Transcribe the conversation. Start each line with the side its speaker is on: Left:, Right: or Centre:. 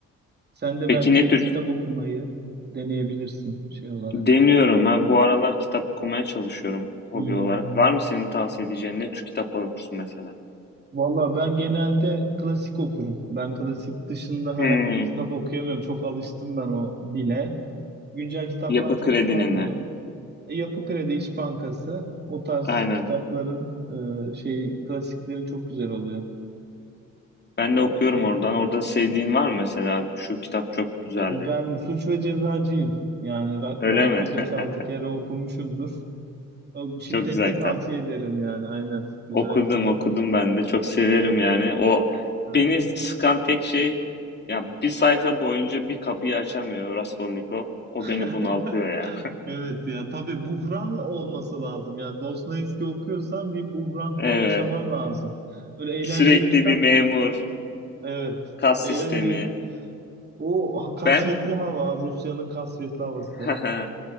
Right: Sen de
Left: Peki
Right: belki
Left: ne tür?
Right: kitap okumayı deneyebilirsin şey olarak.
Left: Deniyorum. Ben bu aralar kitap okumaya çalışıyorum hobi
Right: Hmm.
Left: olarak. Var mı senin tavsiye edeceğin ne tür kitaplar okursun mesela?
Right: Valla ben genelde klasik okurum. Ben klasik dışında herhangi
Left: Hmm.
Right: bir kitap okuyamıyorum. Çok alıştım ben o dile. Güncel kitaplar
Left: Yapı
Right: çok
Left: Kredi'nin
Right: sarmıyor.
Left: ne?
Right: E, Yapı Kredi, İş Bankası o tarz
Left: Aynen.
Right: kitapların e, şey klasikleri çok güzel oluyor.
Left: Ben de okuyorum
Right: İşte
Left: oradan. Orada sevdiğin var mı mesela? Şu kitap çok güzeldi.
Right: ben Suç ve Cezacıyım. Yani ra-
Left: Öyle
Right: rahat
Left: mi?
Right: bir beş
Left: <laughs>
Right: altı kere okumuşumdur. O- Şiddetle
Left: Çok güzel kitap.
Right: tavsiye ederim yani aynen. Güzel
Left: Okudum,
Right: kitap.
Left: okudum ben de. Çok severim
Right: Ha, okudum.
Left: yani. O
Right: Aynen.
Left: beni sıkan tek şey ya bir sayfa boyunca bir kapıyı açamıyor Raskolnikov. O
Right: <laughs>
Left: beni bunaltıyor ya.
Right: Evet ya tabii buhran olması lazım. Yani Dostoyevski okuyorsan bir buhran
Left: Evet.
Right: yaşaman lazım. Öyle eğlenceli
Left: Sürekli
Right: kitap.
Left: bir memur,
Right: Evet.
Left: kas
Right: Eğlenceli.
Left: sistemi.
Right: O ha- kasvetli
Left: Ben
Right: hava, Rusya'nın kasvetli havası.
Left: <laughs>